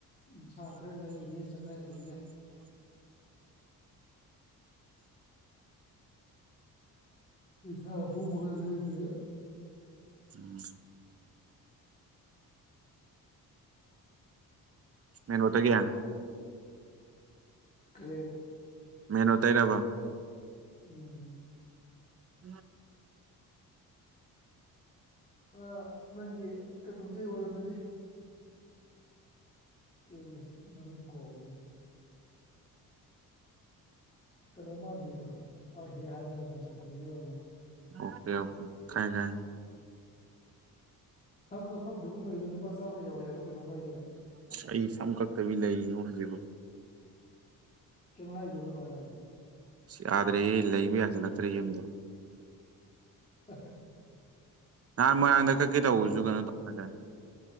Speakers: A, on the left (about 20°); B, on the right (about 40°).
A: ꯏꯟꯁꯥꯡ ꯈꯔ ꯂꯩꯕꯅꯦꯅ ꯆꯠꯅꯈꯔ꯭ꯤꯅꯦ ꯏꯟꯁꯥꯡ ꯑꯊꯣꯡꯕ ꯈꯔ ꯂꯩꯔꯨꯒꯦꯅ
B: ꯎꯝ ꯀꯩꯅꯣꯗꯒꯤ
A: ꯀꯔꯤ
B: ꯃꯦꯦꯟꯣ ꯇꯥꯏꯔꯔꯕ
A: ꯎꯝ
B: ꯎꯝ ꯎꯝ
A: ꯑ ꯅꯪꯒꯤ ꯀꯩꯅꯣꯗꯤ ꯑꯣꯏꯔꯝꯒꯅꯤ ꯀꯩ ꯀꯦ ꯃꯃꯤꯡ ꯀꯧꯔꯤ ꯀꯩꯅꯣ ꯃꯥꯟꯕꯤꯗꯣ ꯑ ꯍꯦꯛ ꯍꯥꯏꯗꯔ ꯅꯪꯅ ꯑꯗꯨꯗꯤ ꯑꯣꯏꯔꯝꯒꯅꯤ
B: ꯑꯣꯀꯦ ꯑꯣꯦ ꯊꯥꯏꯖꯥꯏ
A: ꯁꯝ ꯀꯛꯐꯝꯗꯨꯕꯨ ꯀꯩꯅꯣ ꯂꯨꯄꯥ ꯆꯥꯝꯃ ꯌꯧꯔꯦ ꯍꯥꯏꯕ ꯀꯩꯅꯣ ꯃꯥꯏꯅꯦꯕ
B: ꯑꯩ ꯁꯝ ꯀꯛꯇꯕꯤ ꯂꯩꯔꯤꯉꯣ ꯍꯧꯖꯤꯛꯕꯨ
A: ꯀ ꯃꯥꯦꯁꯨꯣꯅꯅꯨꯡ ꯃꯥꯦꯅ
B: ꯌꯥꯗ꯭ꯔꯦꯍ ꯂꯩꯕ ꯌꯥꯁꯤꯜꯂꯛꯇ꯭ꯔꯦ ꯌꯨꯝꯗꯣ
A: ꯍ
B: ꯅꯍꯥꯟ ꯃꯣꯏꯥꯡꯗ ꯀꯩꯀꯩ ꯇꯧꯕꯔꯁꯨ
A: ꯑꯩ
B: ꯀꯩꯅꯣ ꯇꯧꯗꯔꯦ